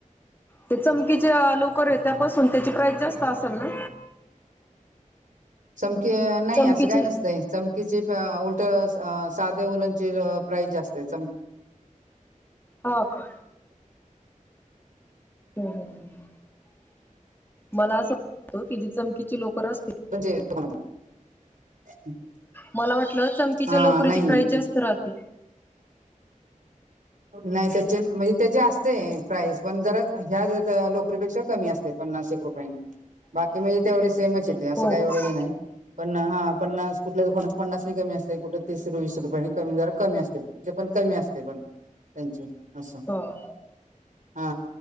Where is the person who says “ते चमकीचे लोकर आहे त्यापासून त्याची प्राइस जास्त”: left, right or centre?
Left